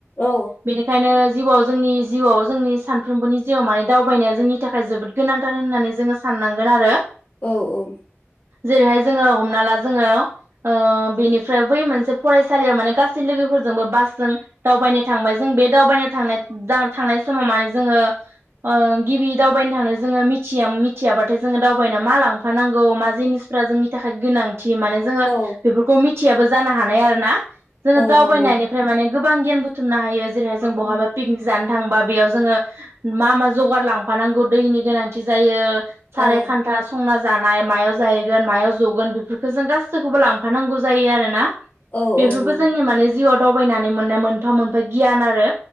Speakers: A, on the left; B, on the right.
A: औ
B: बेनिखायनो जिउआव जोंनि जिउआव जोंनि सानफ्रोमबोनि जिउआव माने दावबायनाया जोंनि थाखाय जोबोद गोनांथार होननानै जोङो साननांगोन आरो
A: औ-औ
B: जेरैहाय जोङो हमना ला जोङो ओ बेनि ओमफ्राय बै मोनसे फरायसालियाव माने गासै लोगोफोरजोंबो बासजों दावबायनो थांबाय जों बे दावबायनो थांनाय थांनाय समाव माने जोङो गिबि दावबायनो थांनो जोङो मिथिया मिथियाबाथाय जोङो दावबायनायाव मा लांफानांगौ मा जिनिसफ्रा जोंनि थाखाय गोनां थि माने जोङो
A: औ
B: बेफोरखौ मिथि थियाबो जानो हानाय आरोना जोङो
A: औ
B: दावबायनायनिफ्राय
A: नंगौ
B: माने गोबां गियान बुथुमनो हायो जेरैहाय जों बहाबा
A: औ
B: पिकनिक जानो थांबा बेयाव जोङो मा मा जगार लांफानांगौ दैनि गोनांथि जायो
A: औ
B: सारायखानथा संना जानाय मायाव जाहैगोन मायाव जगोन बेफोरखौ जों गासैखौबो लांफानांगौ जायो आरो ना
A: औ
B: बेफोरबो
A: औ नंगौ
B: जोंनि माने जिउआव दावबायनानै मोननाय मोनफा मोनफा गियान आरो